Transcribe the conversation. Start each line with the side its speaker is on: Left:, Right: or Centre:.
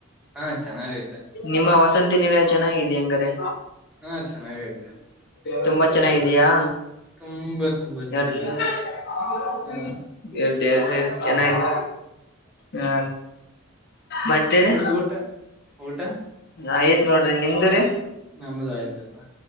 Centre: ಹಾ ಚೆನ್ನಾಗೈತೆ
Left: ನಿಮ್ಮ ವಸಂತಿ ನಿಲಯ ಚನ್ನಾಗಿದೆ ಹಂಗಾರೆ.
Centre: ಹಾ ಚೆನ್ನಾಗೈತೆ.
Left: ತುಂಬಾ ಚೆನ್ನಾಗಿದೇಯಾ.
Centre: ತುಂಬಾ ತುಂಬಾ
Left: <unintelligible>
Centre: ಚೆನ್ನಾಗೈತೆ ಹಾ
Left: ಚೆನ್ನಗ್ಗ ಹಾ ಮತ್ತೇರಿ
Centre: ನಿಮ್ದ ಊಟ ಊಟ
Left: ಆಯತ್ ನೋಡ್ರಿ ನಿಮ್ದರಿ.
Centre: ನಮ್ದ ಆಯ್ತಪ್ಪಾ